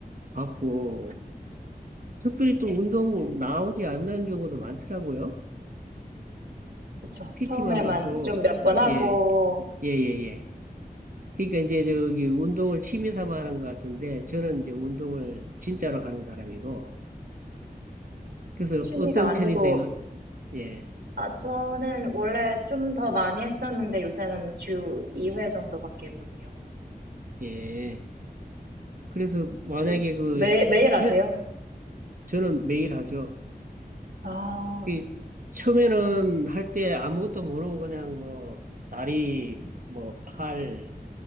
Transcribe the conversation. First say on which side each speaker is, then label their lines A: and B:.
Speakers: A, on the right (about 55°); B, on the right (about 85°).
A: 받고 특별히 또 운동 나오지 않는 경우도 많더라고요.
B: 그쵸.
A: PT만
B: 처음에만
A: 받고,
B: 좀 몇 번
A: 어,
B: 하고,
A: 예, 예, 예, 예. 그러니까 이제 저기 운동을 취미 삼아 하는 것 같은데, 저는 이제 운동을 진짜로 하는 사람이고, 그래서
B: 취미가
A: 어떤
B: 아니고,
A: 편이세요? 예,
B: 아, 저는 원래 좀 더 많이 했었는데 요새는 주 2회 정도밖에 못해요.
A: 예. 그래서 만약에
B: 주,
A: 그,
B: 매, 매일 하세요?
A: 헬, 저는 매일 하죠.
B: 아,
A: 이 처음에는 할 때 아무것도 모르고 그냥 뭐, 다리, 뭐, 팔,